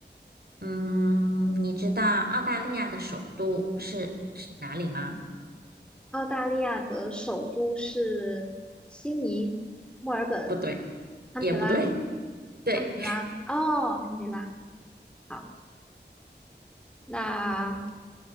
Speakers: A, on the right; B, in the centre.
A: 嗯，你知道澳大利亚的首都是是哪里吗？
B: 澳大利亚的首都是悉尼、墨尔本、
A: 不对，
B: 堪培拉、
A: 也不对。对，
B: 堪培拉。哦，堪培拉。好，那